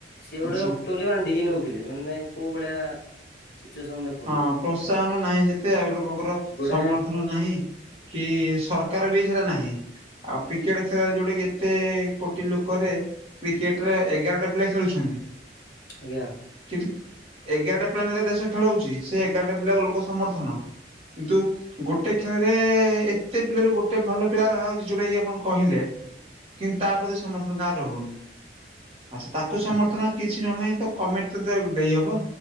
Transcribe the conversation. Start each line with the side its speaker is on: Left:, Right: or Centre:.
Left: ସିଏ ଗୋଟେ
Right: ଆଚ୍ଛା
Left: ଟୁଲରେ ବାନ୍ଧିକି ନଉଥିଲେ ମାନେ କୋଉ ଭଳିଆ ସିଚୁଏସନ୍ ଦେଖନ୍ତୁ।
Right: ହଁ ପ୍ରୋତ୍ସାହନ ନାହିଁ ସେତେ ଆଉ ଲୋକଙ୍କର
Left: ଗୋଟେ
Right: ସମର୍ଥନ ନାହିଁ। କି ସରକାର ବି ସେଟା ନାହିଁ। ଆଉ କ୍ରିକେଟେ ଖେଳରେ ଯୋଉଟା କି ଏତେ କୋଟି ଲୋକରେ କ୍ରିକେଟେରେ ଏଗାରଟା ପିଲା ଖେଳୁଛନ୍ତି।
Left: ଆଜ୍ଞା।
Right: କିନ୍ତୁ ଏଗାରଟା ପିଲା ନେଲେ ଦେଶ ଖେଳେଉଚି ସେ ଏଗାରଟା ପିଲାକୁ ଲୋକ ସମର୍ଥନ। କିନ୍ତୁ। ଗୋଟେ ଖେଳରେ ଏତେ ପିଲାରୁ ଗୋଟେ ଭଲ ପିଲା ଵାହାରୁଚି ଯୋଉଟା କି ଆପଣ କହିଲେ। କିନ୍ତୁ ତା ପ୍ରତି ସମର୍ଥନ କାହାର ରହୁନେହିଁ। ଆଚ୍ଛା ତାକୁ ସମର୍ଥନ କିଛି ନ ହେଲା ନାହିଁ ତ କମେଣ୍ଟେ ତ ଦେଇହବ